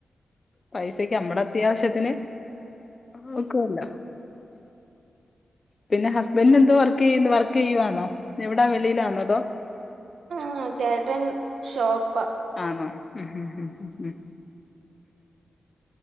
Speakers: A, on the left; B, on the right.
A: പൈസക്ക് നമ്മടെ അത്യാവശ്യത്തിന് നക്കൊല്ല. പിന്നെ ഹസ്ബൻറ് എന്തോ വർക്കെയ്യുന്നു വർക്കെയ്യുവാന്നോ എവിടാ വെളിയിലാന്നതോ.
B: ആഹ് ചേട്ടൻ ഷോപ്പാ.
A: ആണോ ഉം.